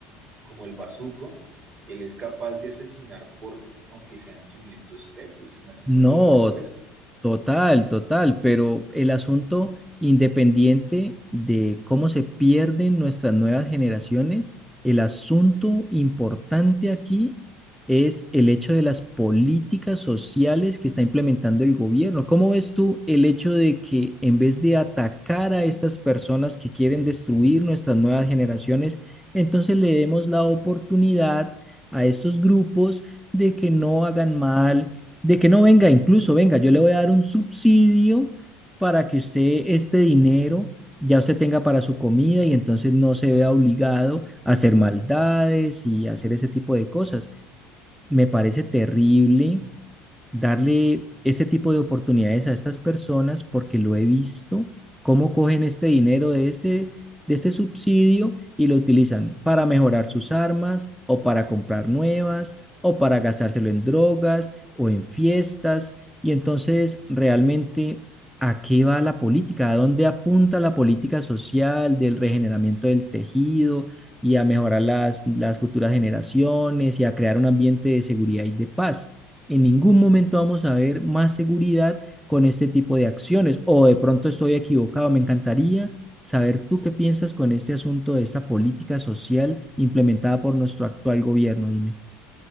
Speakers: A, on the right (about 55°); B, in the centre.
A: como el bazuco, él es capaz de asesinar por, aunque sean 500 pesos. Se me hace muy
B: No,
A: delicado eso.
B: Total, total, pero el asunto independiente de cómo se pierden nuestras nuevas generaciones, el asunto importante aquí es el hecho de las políticas sociales que está implementando el gobierno. ¿Cómo ves tú el hecho de que en vez de atacar a estas personas que quieren destruir nuestras nuevas generaciones, entonces le demos la oportunidad a estos grupos de que no hagan mal? de que no venga, incluso venga, yo le voy a dar un subsidio para que usted este dinero ya usted tenga para su comida y entonces no se vea obligado a hacer maldades y hacer ese tipo de cosas. Me parece terrible darle ese tipo de oportunidades a estas personas porque lo he visto, cómo cogen este dinero de este, de este subsidio y lo utilizan para mejorar sus armas o para comprar nuevas o para gastárselo en drogas o en fiestas. Y entonces, realmente, ¿a qué va la política? ¿A dónde apunta la política social del regeneramiento del tejido y a mejorar las, las futuras generaciones y a crear un ambiente de seguridad y de paz? En ningún momento vamos a ver más seguridad con este tipo de acciones. O de pronto estoy equivocado. Me encantaría saber tú qué piensas con este asunto de esta política social implementada por nuestro actual gobierno. Dime.